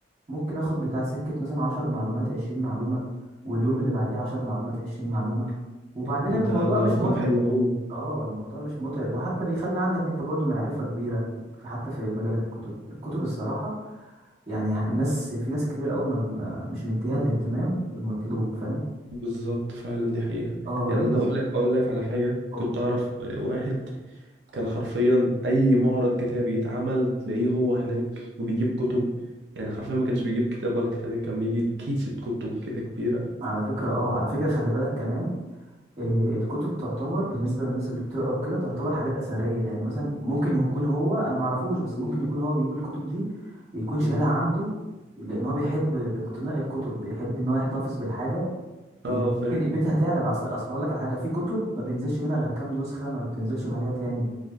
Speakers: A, on the right (about 40°); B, on the right (about 75°).
A: ممكن اخد بتاع سكة مثلا عشر معلومات عشرين معلومة واليوم اللي بعديه عشر معلومات عشرين معلومة وبعدين الموضوع
B: ده ده
A: مش
B: رقم
A: متعب
B: حلو قوي
A: اه الموضوع مش متعب وحتى بيخلي عندك انت برضو معرفة كبيرة في- حتى في مجال الكتب الكتب الصراحة يعني ه- الناس في ناس كتير قوي ما ما- مش مديها الاهتمام المطلوب فاهم
B: بالظبط فعلا دي حقيقة
A: اه
B: يعني
A: الناس
B: انا اقول لك اقول لك على حاجة
A: اه
B: كنت اعرف واحد كان حرفيا اي معرض كتاب يتعمل تلاقيه هو هناك وبيجيب كتب يعني حرفيا ما كانش بيجيب كتاب ولا كتابين كان بيجيب كيسة كتب كده كبيرة
A: على فكرة اه على فكرة خلي بالك كمان آه،
B: مم.
A: الكتب تعتبر بالنسبة للناس اللي بتقرا وكده تعتبر حاجات أثرية يعني مثلا ممكن يكون هو أنا معرفوش بس
B: مم.
A: ممكن يكون هو بيجيب الكتب دي يكون
B: مم.
A: شايلها عنده لأن هو بيحب اقتناء الكتب بيحب إن هو يحتفظ بالحاجة وممكن
B: اه فاهم
A: قيمتها تعلى بقى أصل أصل هقول لك على حاجة في كتب ما بينزلش منها غير كام نسخة ما بتنزلش بعدها تاني